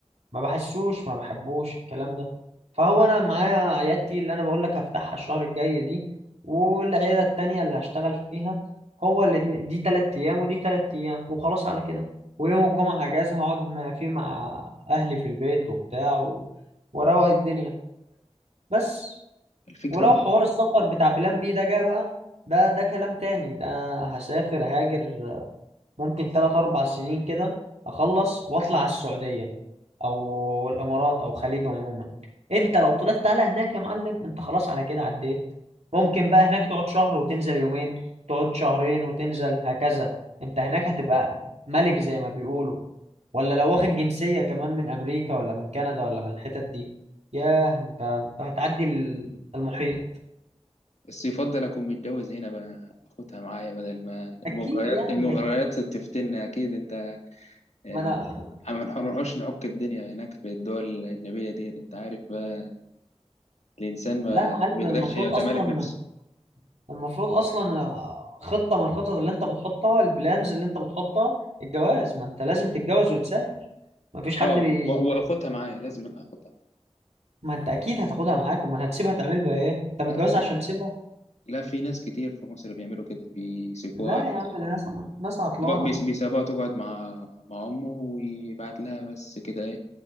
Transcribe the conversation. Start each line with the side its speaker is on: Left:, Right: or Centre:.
Right: ما بحسوش ما بحبوش الكلام ده فهو انا معايا عيادتي اللي انا بقول لك هفتحها الشهر الجاي دي والعياده التانيه اللي هشتغل فيها هو الاتنين دي تلات ايام ودي تلات ايام وخلاص على كده ويوم الجمعه اجازه هقعد مع- فيه مع اهلي في البيت وبتاع و... واروق الدنيا بس
Left: الفكرة
Right: ولو
Left: برضه
Right: حوار السفر بتاع بلان بي ده جه بقى ده ده كلام تاني ده هسافر هاجر ممكن تلات أربع سنين كده أخلص وأطلع على السعودية أو الإمارات أو خليج عموما أنت لو طلعت على هناك يا معلم أنت خلاص على كده عديت ممكن بقى هناك تقعد شهر وتنزل يومين تقعد شهرين وتنزل هكذا أنت هناك هتبقى ملك زي ما بيقولوا ولا لو واخد جنسية كمان من أمريكا ولا من كندا ولا من الحتت دي ياه أنت أنت هتعدي ال- المحيط
Left: بس يفضل أكون متجوز هنا بقى أخدها معايا بدل ما المغريات
Right: أكيد يعني
Left: المغريات تفتنا أكيد أنت ال-
Right: ما أنا
Left: ما نروحوش نعك الدنيا هناك في الدول الأجنبية ديت أنت عارف بقى الإنسان ما
Right: لا يا
Left: ما
Right: معلم
Left: بيقدرش
Right: المفروض
Left: يعني يتمالك
Right: أصلا
Left: نفسه
Right: المفروض اصلا آه، خطه من الخطط اللي انت بتحطها البلانز اللي انت بتحطها الجواز ما انت لازم تتجوز وتسافر ما فيش حد
Left: اه
Right: بي...
Left: و- وأخدها معايا لازم أنا أخدها
Right: ما انت اكيد هتاخدها معاك امال هتسيبها تعمل بيها ايه انت متجوز
Left: معايا. لا في
Right: عشان تسيبها
Left: لا في ناس كتير في مصر بيعملوا كده بيسيبوها
Right: لا يا
Left: في
Right: عم ده ناس ناس عطلانه
Left: بيس- بيسيبوها تقعد مع مع أمه ويبعت لها بس كده إيه